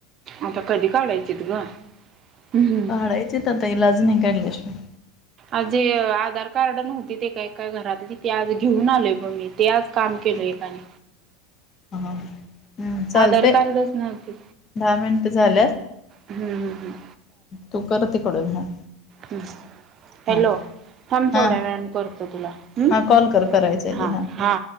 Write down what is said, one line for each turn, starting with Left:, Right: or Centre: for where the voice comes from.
Right: आता कधी काढायचित ग. हम्म.
Left: काढायची आहेत आता इलाज नाही काढल्याशिवाय.
Right: आज जे आधार कार्ड नव्हती, ते एका घरातली ते आज घेऊन आलय बघ मी. ते आज काम केलं एकाने.
Left: हा चालतेय
Right: आधार कार्डच नव्हते.
Left: दहा मिनटं झाल्यात.
Right: हम्म हम् हम्.
Left: तू कर तिकडून हा.
Right: हुं हुं. हॅलो
Left: हा ठेव
Right: थांब
Left: हा
Right: थोड्या वेळाने करतो तुला. हम्
Left: हा कॉल कर करायचंय
Right: हा
Left: ते
Right: हा.